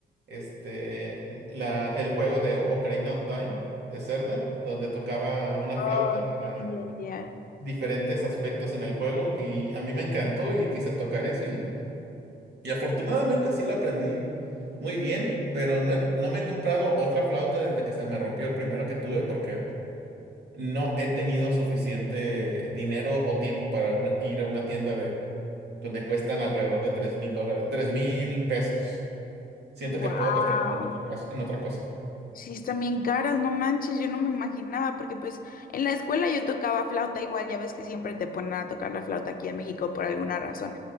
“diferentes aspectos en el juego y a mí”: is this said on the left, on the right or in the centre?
Right